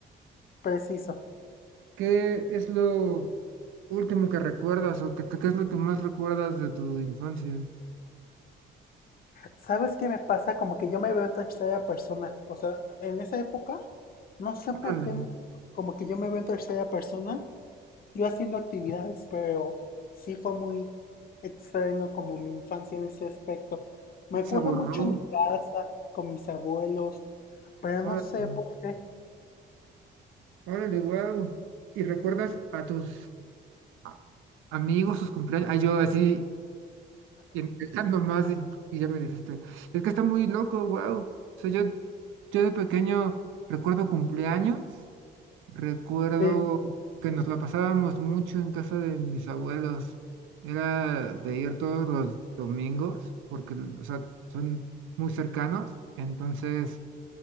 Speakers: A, on the left; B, on the right.
A: preciso.
B: qué es lo último que recuerdas o qué, qué es lo que más recuerdas de tu infancia?
A: ¿Sabes qué me pasa? Como que yo me veo en tercera persona. O sea, en esa época, no sé por
B: Órale,
A: qué, como que yo me veo en tercera persona, yo haciendo actividades, pero sí fue muy extraño como mi infancia en ese aspecto. Me acuerdo
B: se borró.
A: mucho en mi casa, con mis abuelos, pero
B: Órale,
A: no sé por qué.
B: órale, wow. ¿Y recuerdas a tus a- amigos, sus cumpleaños. Ay, yo así, intentando más y, y ya me dijiste, es que está muy loco, wow. O sea, yo, yo de pequeño recuerdo cumpleaños, recuerdo
A: sí.
B: que nos la pasábamos mucho en casa de mis abuelos. Era de ir todos los domingos, porque, o sea, son muy cercanos, entonces